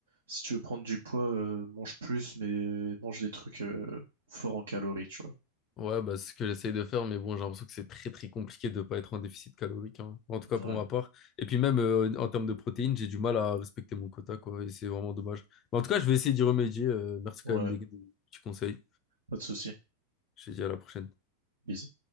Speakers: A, on the right (about 65°); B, on the left (about 30°).
A: si tu veux prendre du poids, euh, mange plus, mais euh, mange des trucs euh, forts en calories, tu vois.
B: Ouais, bah, c'est ce que j'essaye de faire, mais bon, j'ai l'impression que c'est très très compliqué de ne pas être en déficit calorique, hein. En tout cas
A: Ouais,
B: pour ma part. Et puis même euh, en termes de protéines, j'ai du mal à respecter mon quota, quoi, et c'est vraiment dommage. Mais en tout cas, je vais essayer d'y remédier. euh, merci
A: ouais,
B: quand même des, des petits conseils.
A: pas de souci.
B: Je te dis à la prochaine.
A: Bisous.